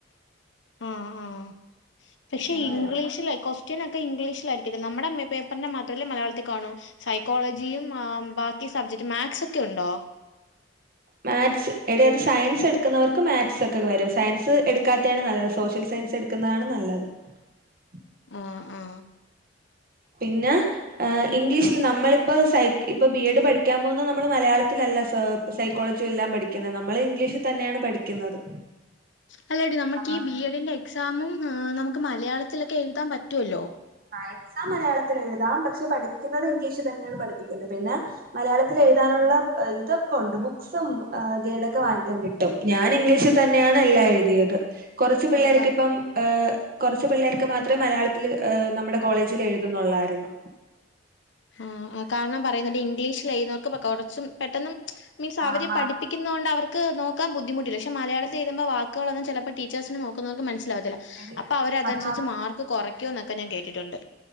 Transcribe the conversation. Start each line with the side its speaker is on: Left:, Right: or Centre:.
Left: ആഹ് ആഹ് പക്ഷെ
Right: അങ്ങനെയാണ്
Left: ഇംഗ്ലീഷ്
Right: വരുന്നത്
Left: ലക്ക ക്വൊസ്റ്റ <unintelligible> അപ്പോ നമ്മുടെ പേപ്പറിനെ മാത്രമല്ലേ മലയാളത്തിൽ കാണൂ സൈക്കോളജിയും ആ ബാക്കി സബ്ജക്ട് മാക്സ് ഒക്കെ ഉണ്ടോ?
Right: മാക്സ് എടെത് സയൻസ് മാക്സ് എടുക്കുന്നവർക്ക് മാക്സ് ഒക്കെ വരും സയൻസ് എടുക്കാത്തെയാണ് നല്ലത് സോഷ്യൽ സയൻസ് എടുക്കുന്നതാണ് നല്ലത് <unintelligible>
Left: ആ ആ
Right: പിനന്നെ ഇംഗ്ലീഷില് നമ്മളിപ്പ സ ഇപ്പൊ ബി എഡ് പഠിക്കാൻ പോകുന്നത് നമ്മള് മലയാളത്തില ല്ല സാർ സൈക്കോളജി എല്ലാം പഠിക്കുന്നത് നമ്മള് ഇംഗ്ലീഷിൽ തന്നെയാണ് പഠിക്കുന്നത്
Left: അല്ലടി നമുക്ക്
Right: അതാണ്
Left: ഈ ബി എഡിന്റെ അല്ലട ബി എഡിഎക്സാമും നമുക്ക് മലയാളത്തിലൊക്കെ എഴുതാൻ പറ്റുവല്ലോ
Right: മാത്‍സ് എക്സാം മലയാളത്തിൽ എഴുതാം പക്ഷെ പഠിപ്പിക്കുന്നത് ഇംഗ്ലീഷ് തന്നെയാണ് പഠിപ്പിക്കൽ പിന്നെ മലയാളത്തിൽ <unintelligible> എഴു എഴുതാനുള്ള ഇതൊക്കെണ്ട് ബുക്ക് സും ഡോക്കെ വാങ്ങിക്കാൻ കിട്ടും ഞാൻ ഇംഗ്ലീഷിൽ തന്നെയാണ് <unintelligible> ല്ല എഴുതിയത് കുറച്ച് പിള്ളേർ
Left: ആക
Right: ഇപ്പം കുറച്ച് പിള്ളേർക്ക് മാത്രേ മലയാളത്തിൽ നമ്മുടെ കോളേജിൽ എഴുതുന്നുള്ളായിരുന്നു
Left: ആ ആ, കാരണം പറയുന്നുണ്ട് ഇംഗ്ലീഷിൽ എഴുതുന്നവർക്ക് കുറച്ചും പെട്ടന്ന് മീൻസ്
Right: ആഹ്
Left: അവര് പഠിപ്പിക്കുന്നുന്നത് കൊണ്ട് അ അവർ <unintelligible> ക്ക് നോക്കാം ബദ്ധിമുട്ടില്ല പക്ഷെ മയാളത്തിൽഎഴുതുമ്പോ വാക്കുകളൊന്നും ചിലപ്പോൾ ടീച്ചഴ്സിന്‌ നോക്കുന്നവർ ക്ക് മന മനസിലാവത്തില്ല
Right: മാർക്കടി
Left: അപ്പൊ അവര അതനുസരിച്ച്
Right: അത്
Left: മാർക്ക് കുറക്കു എന്നൊക്കെ ഞാൻ കേട്ടിട്ടുണ്ട്